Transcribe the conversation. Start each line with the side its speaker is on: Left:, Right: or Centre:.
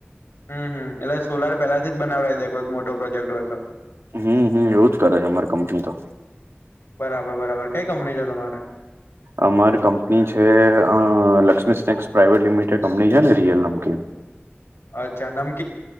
Left: હમ હમ એટલે સોલાર પેલાથી જ બનાવઈ દે કોઈક મોટો પ્રોજેક્ટ હોય તો.
Right: હમ્મ હમ્મ એવું જ કરે છે અમારી કંપની તો.
Left: બરાબર બરાબર કઈ કંપની છે તમારે
Right: અમારી કંપની છે Lakshmi snacks private limited company છે ને રિયલ નમકીન
Left: અચ્છા નમકીન